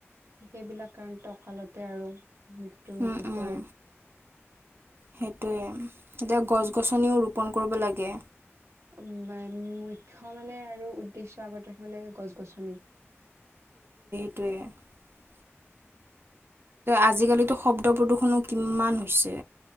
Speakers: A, on the right (about 70°); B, on the right (about 55°).
A: সেইবিলাক কাৰণতে অকালতে আৰু মৃত্যুৰ
B: উম,
A: মুখত
B: উম।
A: পৰে
B: সেইটোৱে এতিয়া গছ গছনিও ৰোপন কৰিব লাগে
A: উম মুখ্য মানে আৰু উদ্দেশ্য আগত ৰাখি গছ গছনি
B: <unintelligible> আজি কালিতো শব্দ প্ৰদূষণো কিমান হৈছে